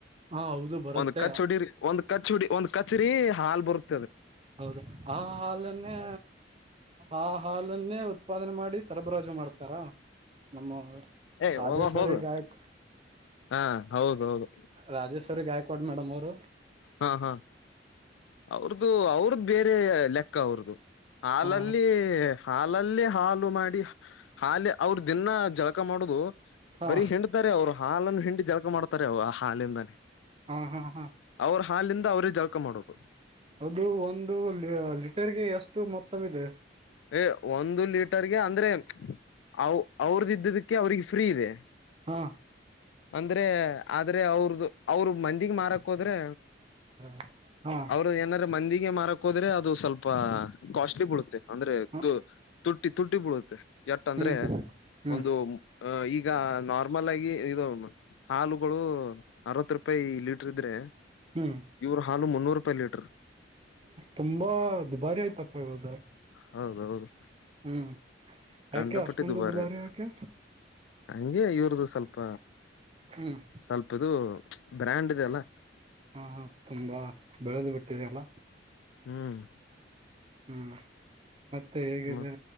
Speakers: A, on the right; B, on the left.
A: ಹಾ ಹೌದು ಬರುತ್ತೆ
B: ಒಂದ್ ಕಚ್ ಹುಡಿ ಒಂದ್ ಕಚ್ ಹೊಡಿ ಒಂದ್ ಕಚ್ಚರಿ ಹಾಲ್ ಬರುತ್ತ
A: ಹೌದ ಆ ಹಾಲನ್ನೇ ಆ ಹಾಲನ್ನೇ ಉತ್ಪಾದನೆ ಮಾಡಿ ಸರಬರಾಜು ಮಾಡ್ತಾರಾ ನಮ್ಮ
B: ಏ
A: ರಾಜೇಶ್ವರಿ
B: ಹೋಗ ಹೋಗು
A: ಗಾಯಕ್
B: ಹಾ ಹೌದೌದು
A: ರಾಜೇಶ್ವರಿ ಗಾಯ್ಕವಾಡ್ ಮೇಡಮ್ ಅವರು
B: ಹಾ ಹಾ ಅವ್ರದುು ಅವ್ರದ ಬೇರೆ ಲೆಕ್ಕ ಅವ್ರದುು ಹಾಲಲ್ಲಿ
A: ಹಾ
B: ಹಾಲಲ್ಲಿೇ ಹಾಲು ಮಾಡಿ ಹಾಲಿ ಅವ್ರ ದಿನ ಜಳಕ ಮಾಡುದು
A: ಹಾ
B: ಬರೀ ಹಿಂಡ್ತಾರೆ ಅವ್ರು ಹಾಲನ್ನು ಹಿಂಡಿ ಜಲಕ ಮಾಡ್ತಾರೆ ಅವ ಆ ಹಾಲಿಂದಾನೇ
A: ಹ್ಮ ಹಾ ಹಾ
B: ಅವ್ರ ಹಾಲಿಂದ ಅವ್ರೇ ಜಳಕ ಮಾಡೋದು
A: ಅದು ಒಂದು ಲೀಟರ್ಗೆ ಎಷ್ಟು ಮ ತ್ತ ಇದೆ
B: ಏ ಒಂದು ಲೀಟರ್ಗೆ ಅಂದ್ರೆ ಅವ ಅವ್ರದ ಇದ್ದದಕ್ಕೆ ಅವ್ರಿಗೆ ಫ್ರೀ ಇದೆ
A: ಹಾ
B: ಅಂದ್ರೆ ಆದ್ರೆ ಅವ್ರದು ಅವ್ರ ಮಂದಿಗ್ ಮಾರಕ್ ಹೋದ್ರೆ
A: ಹ್ಮ
B: ಅವರು ಏನಾರ ಮಂದಿಗೆ ಮಾರಕ್ ಹೋದ್ರೆ ಅದು ಸ್ವಲ್ಪ ಕಾಸ್ಟ್ಲಿ ಬಿಡುತ್ತೆ ಅಂದ್ರೆ
A: ಹ
B: ತ ತಟ್ಟಿ ತುಟ್ಟಿ ಬಿಡುತ್ತೆ ಎಟ್ಟ ಅಂದ್ರೆ
A: ಹ್ಮ್ ಹ್ಮ್
B: ಒಂದು ಈಗ ನಾರ್ಮಲ್ ಆಗಿ ಇದು ಹಾಲುಗಳು ಅರವತ್ ರೂಪಾಯಿ ಲೀಟರ್ ಇದ್ರೆ
A: ಹ್ಮ್
B: ಇವ್ರ ಹಾಲು ಮುನ್ನೂರು ರೂಪಾಯಿ ಲೀಟರ್
A: ತುಂಬಾ ದುಬಾರಿ ಆಯ್ತು ಒಬದ <inaudible>
B: ಹೌದ ಹೌದು
A: ಹ್ಮ್
B: ಗಂಡಪಟ್ಟಿ
A: ಯಾಕೆ ಅಷ್ಟೊಂದು
B: ದುಬಾರಿ ಆಯತು
A: ಯಾಕೆ
B: ಹಗೆ ಇವ್ರ್ದ ಸ್ವಲ್ಪ
A: ಹ್ಮ್
B: ಸ್ವಲ್ಪದು ಬ್ರ್ಯಾಂಡ್ ಇದೆ ಅಲ್ಲ
A: ಹಾ ಹಾ ತುಂಬಾ ಬೆಳೆದು ಬಿಟ್ಟಿದಲ್ಲ
B: ಹ್ಮ್
A: ಹ್ಮ್ ಮತ್ತೆ ಹೇಗಿದೆ
B: ಮ